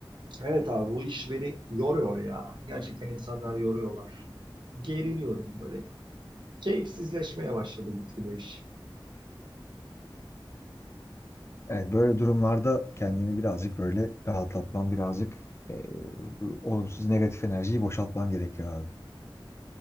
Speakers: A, on the right; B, on the left.
A: Evet abi bu iş beni yoruyor ya. Gerçekten insanlar yoruyorlar. Geriliyorum böyle. Keyifsizleşmeye başladı gitgide iş.
B: Evet böyle durumlarda kendini birazcık böyle rahatlatman, birazcık e, bu olumsuz negatif enerjiyi boşaltman gerekiyor abi.